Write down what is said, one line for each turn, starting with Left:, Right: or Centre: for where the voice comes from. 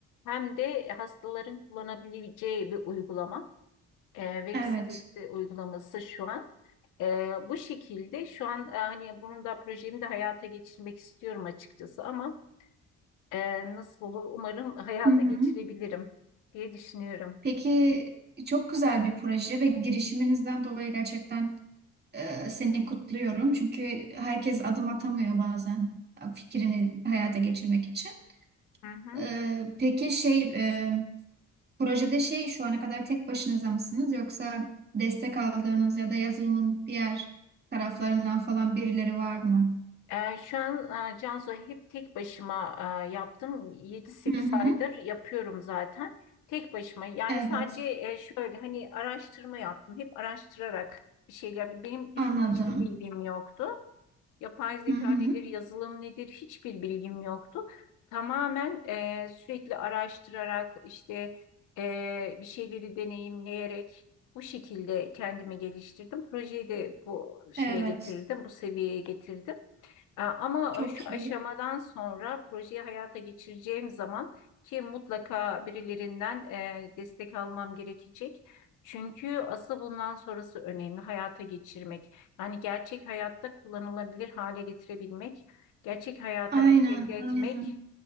Left: hem de hastaların kullanabileceği bir uygulama. Ee, web
Right: Evet.
Left: sitesi uygulaması şu an. Ee, bu şekilde şu an e, hani bunun da projemi de hayata geçirmek istiyorum açıkçası ama e, nasıl olur umarım hayata
Right: Hı hı.
Left: geçirebilirim diye düşünüyorum.
Right: Peki çok güzel bir proje ve girişiminizden dolayı gerçekten e, seni kutluyorum. Çünkü herkes adım atamıyor bazen fikrini hayata geçirmek için.
Left: Hı hı.
Right: E, peki şey e, projede şey şu ana kadar tek başınıza mısınız yoksa destek aldığınız ya da yazılımın diğer taraflarından falan birileri var mı?
Left: Ee, şu an e, Cansu hep tek başıma e, yaptım. yedi sekiz
Right: Hı hı.
Left: aydır yapıyorum zaten. Tek başıma. Yani
Right: Evet,
Left: sadece e, şöyle hani araştırma yaptım. Hep araştırarak bir şeyler. Benim düşün
Right: anladım.
Left: hiçbir bilgim yoktu. Yapay zeka
Right: Hı hı.
Left: nedir, yazılım nedir hiçbir bilgim yoktu. Tamamen e, sürekli araştırarak işte e, bir şeyleri deneyimleyerek bu şekilde kendimi geliştirdim. Projeyi de bu şeye
Right: Evet,
Left: getirdim, bu seviyeye getirdim. E, Ama
Right: çok
Left: e, şu aşamadan
Right: iyi.
Left: sonra projeyi hayata geçireceğim zaman ki mutlaka birilerinden e, destek almam gerekecek. Çünkü asıl bundan sonrası önemli hayata geçirmek. Yani gerçek hayatta kullanılabilir hale getirebilmek, gerçek hayata
Right: Aynen,
Left: entegre etmek
Right: aynen.